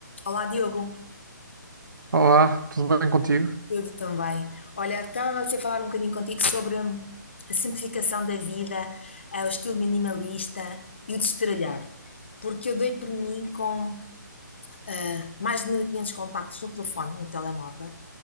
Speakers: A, on the left; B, on the right.
A: Olá, Diogo.
B: Olá, tudo bem contigo?
A: Tudo também. Olha, estava a falar um bocadinho contigo sobre hum, a simplificação da vida, eh, o estilo minimalista e o destralhar. Porque eu dei por mim com eh, mais de 1500 contactos no telefone, no telemóvel,